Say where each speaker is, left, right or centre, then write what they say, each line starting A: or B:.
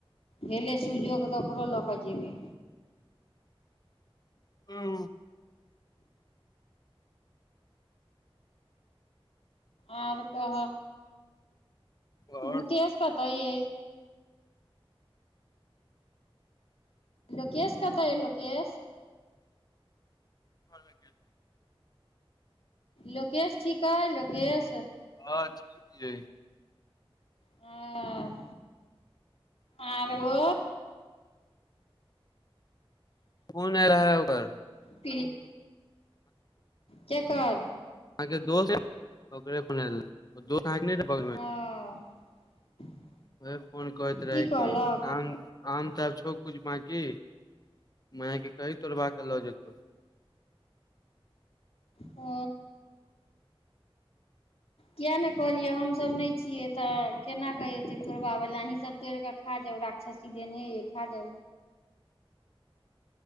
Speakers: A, on the left; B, on the left.
A: भेले सुजग तऽ ओकरो लकऽ जेबे
B: हू
A: आर कहय
B: आओर
A: मुकेश कतय ये लोकेश कतऽ अइ लोकेश
B: <unintelligible>
A: लोकेेश ठीक अइ लोकेेश
B: हँ ठीक अइ
A: हँ आर ओ
B: फोन एल रहय ओकर
A: ती केकर?
B: अहाँके दोस्त ओकरे फोन ऐल रहय दोष अहा के नय रहे बगल मे
A: ओ
B: उएह फोन कहैत रहै
A: की कहलक
B: कि आम आम तऽ आब छौ किछु बाँकी माय के कही तोड़बा कऽ लऽ जेतौ।
A: ओ
B: <inaudible>
A: किये नऽ कहलियै हमसभ नहि छियै तऽ केना के एतै तोड़बाबैला अहींसभ तोड़ि कऽ खा जाउ राक्षसी धेने हैईये खा जाउ।